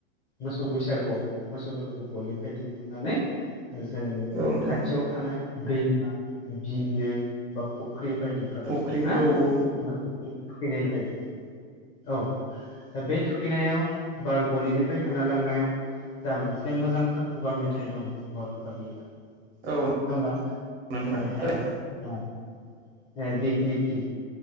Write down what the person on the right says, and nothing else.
औ नोंथां
फुख्रि
औ औ
औ
नोंथां
फोराव